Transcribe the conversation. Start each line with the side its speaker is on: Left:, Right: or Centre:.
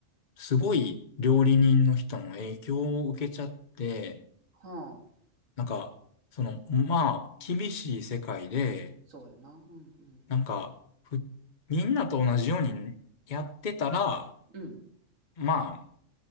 Left: すごい料理人の人の影響を受けちゃって、
Right: はあ。
Left: なんか、その、まあ、厳しい世界で、
Right: そうやな。うんうん。
Left: なんか、ふ、みんなと同じようにやってたら、
Right: うん。
Left: まあ、